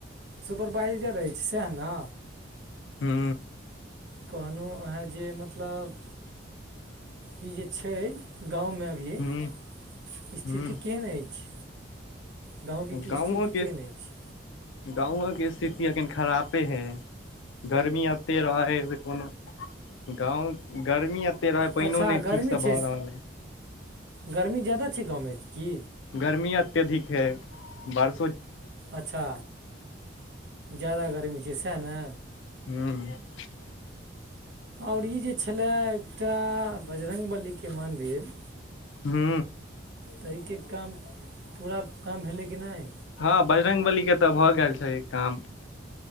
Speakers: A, on the right; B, on the left.
A: सुपरवाइजर रहैत छै सएह ने।
B: हू।
A: कहलौ ह जे, मतलब ई जे छई गांव मे। अी
B: हूँ
A: स्थिति
B: हूँ
A: केहन अछि? गाँवके की
B: गाँवकके
A: स्थिति केहन अछि
B: गाँवके स्थिति अखन खरापे हइ। गर्मी एते रहै हइ, से कोनो गाँव गर्मी रह
A: अच्छा
B: पाईनो नहि
A: गर्मी
B: ठीक से
A: छै
B: भऽ रहल है।
A: गर्मी ज्यादा छै गाँवमे की?
B: गर्मी अत्यधिक है, बर
A: अच्छा! जादा गर्मी छै, सएह ने।
B: हू।
A: आओर ई जे छलै, एकटा बजरङ्गबलीके मन्दिर!
B: हू।
A: तऽ एहिके काम पूरा काम भेलै कि नहि?
B: हँ बजरङ्ंग बली के तऽ भऽ गेल छै काम।